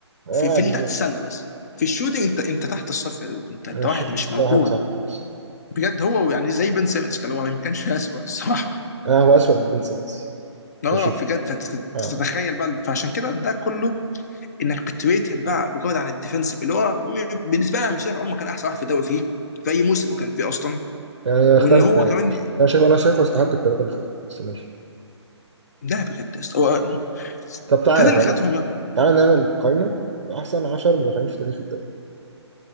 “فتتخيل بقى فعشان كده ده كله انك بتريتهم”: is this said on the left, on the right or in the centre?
Left